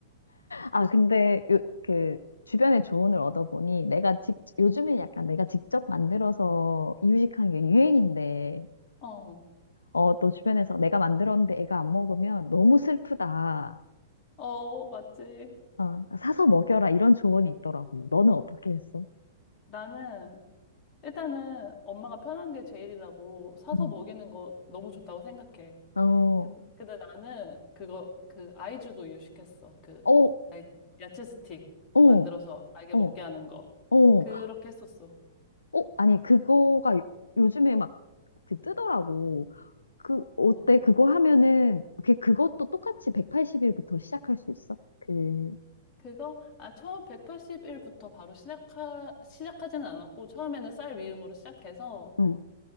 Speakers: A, on the left (about 80°); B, on the left (about 35°).
A: 아, 근데, 요, 그, 주변의 조언을 얻어보니, 내가 직, 요즘에 약간 내가 직접 만들어서 이유식하는 게 유행인데,
B: 어,
A: 어, 또 주변에서 내가 만들었는데 애가 안 먹으면 너무 슬프다.
B: 어, 맞지.
A: 어, 사서 먹여라. 이런 조언이 있더라고. 너는 어떻게 했어?
B: 나는, 일단은 엄마가 편한 게 제일이라고 사서
A: 응.
B: 먹이는 거 너무 좋다고 생각해.
A: 어,
B: 근- 근데, 나는 그거, 그 아이주도 유식했어. 그,
A: 어,
B: 아이, 야채 스틱
A: 어.
B: 만들어서 아이게
A: 어,
B: 먹게 하는 거.
A: 어,
B: 그렇게 했었어.
A: 어, 아니, 그거가 요- 요즘에 막 그 뜨더라고. 그, 어때?
B: 어,
A: 그거 하면은, 그, 그것도 똑같이 180일부터 시작할 수 있어? 그,
B: 그거, 아, 처음 1 8일부터 바로 시작하, 시작하지는 않았고, 처음에는 쌀 위음으로 시작해서,
A: 응,